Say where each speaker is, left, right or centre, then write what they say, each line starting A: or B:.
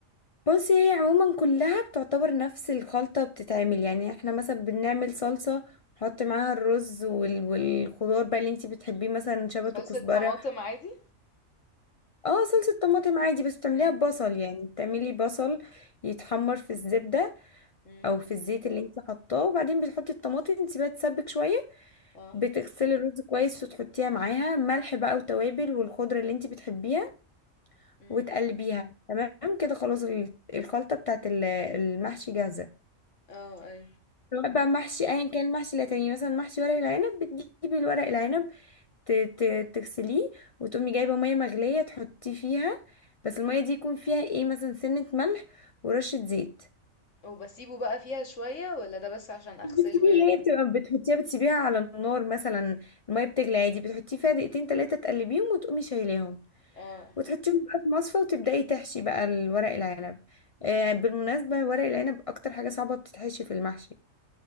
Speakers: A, on the left; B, on the left.
A: بصي هي عموما كلها بتعتبر نفس الخلطة بتتعمل يعني احنا مثلا بنعمل صلصة نحط معاها الرز وال... والخضار بقى اللي انتي بتحبيه مثلا شبت
B: صلصه
A: وكزبرة
B: طماطم عادي
A: اه صلصة طماطم عادي بس بتعمليها
B: امم
A: ببصل يعني بتعملي بصل يتحمر في الزبدة
B: امم
A: او في الزيت اللي انتي حطاه وبعدين بتحطي الطماطم تسيبها تسبك شوية
B: اه
A: بتغسلي الرز كويس وتحطيها معاها ملح بقى وتوابل والخضرة اللي انتي بتحبيها
B: امم
A: وتقلبيها تمام كده خلاص ال- الخلطة بتاعت ال- المحشي جاهزة
B: اه اي
A: بقى محشي ايا كان المحشي اللي هتعمليه مثلا محشي ورق العنب بتجيبي الورق العنب ت- ت- تغسليه وتقومي جايبه ميه مغليه تحطيه فيها بس الميه دي يكون فيها ايه مثلا سنه ملح ورشه زيت
B: وبسيبه بقى فيها شويه ولا ده بس عشان اغسله
A: مش بتسيبيه
B: يعني
A: هي بتبقى بتحطيها بتسيبيها على النار مثلا الميه بتغلي عادي بتحطيه فيها دقيقتين تلاتة تقلبيهم وتقومي شايلاهم
B: <laughs> اه
A: وتحطيهم بقى في مصفى وتبدأي تحشي بقى الورق العنب آه بالمناسبة ورق العنب أكتر حاجة صعبة بتتحشي في المحشي